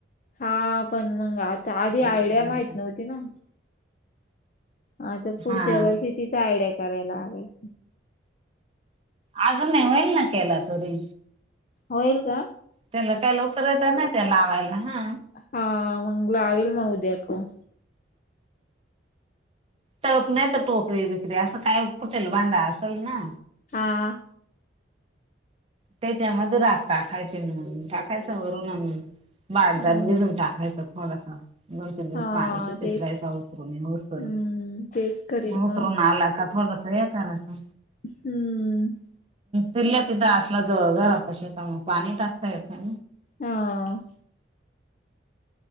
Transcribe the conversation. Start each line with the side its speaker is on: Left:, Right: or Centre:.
Left: हा पण मंग आता आधी
Right: मोठं
Left: आयडिया
Right: झालं
Left: माहत
Right: का
Left: नव्हती ना आा तर पुढच्या
Right: हा
Left: वर्षी तिचा आयडिया करायला लागेल
Right: अजून नाही होईल ना केला तुरी
Left: होईल का
Right: त्याला काही लवकर यच नाही त्या लावायला हा
Left: हा मंगल आल म उद्याकू
Right: तप नाही तर टोकरी बिकरी असं काय फुटेल भांडा असेल ना
Left: हा.
Right: त्याच्यामध्ये राग टाकायचे म्हणून टाकायच वरून आणून बारदाण
Left: हम्
Right: भिजून टाकायचं. होला सां. दोन-तीन दिवस
Left: हा
Right: पाणी श पतराहायचा
Left: तेच
Right: उतरणे नसतर
Left: हम्म तेच करील
Right: उतरून
Left: मग
Right: आला का थोडासा स्या करायचा
Left: हम्म.
Right: तिल्या तिथं अतला जळ घरा कशी मग पाणी टाकता येत ना.
Left: हा.